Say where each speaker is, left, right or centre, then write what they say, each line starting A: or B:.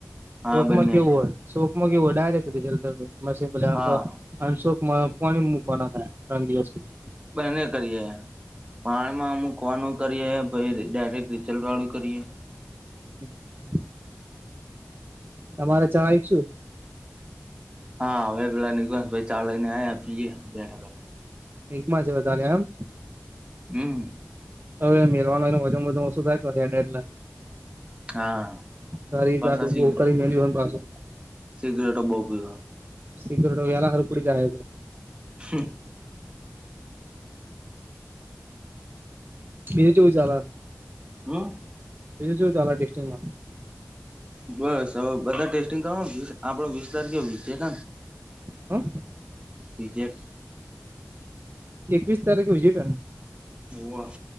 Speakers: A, on the right; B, on the right.
A: હા
B: ચોકમાં
A: બંને
B: કેવું હોય શોકમાં કેવો ડાયરેક્ટજલ મી
A: હા
B: અંશોક પણ મૂકવાના થયા રંગયા સુધી
A: બને કરી પણ હ મુમુક ફવાનું કરીએ ભછ ડાયરેક્ટ રિચલ્ટવાળું કરીએ
B: હમ તમારે ચવાય શું
A: હા હવે પેલા નીક ભ ચાલને આપીએ બેઠા બેઠા
B: એકમાં છે બધા ને એમ
A: હમ
B: હવે મરવાય વધું ઓશું થાય એટલે
A: હા
B: તારી
A: પાછા
B: જાડ
A: સી
B: કરી મેલી પાસે
A: સિગરેટો બહુ પીયો
B: સીક્રેટ એલા હરપડી જાય
A: હ
B: બજ ચોું ચાલ
A: હમ
B: જોું ડમાં
A: બસ હવે બધા ટેસ્ટિંગ કરવા વી આપડો વીસ તારીખે વ હ
B: હમ
A: પજેક
B: એકવીસ તારીખે વિજટ
A: હોવ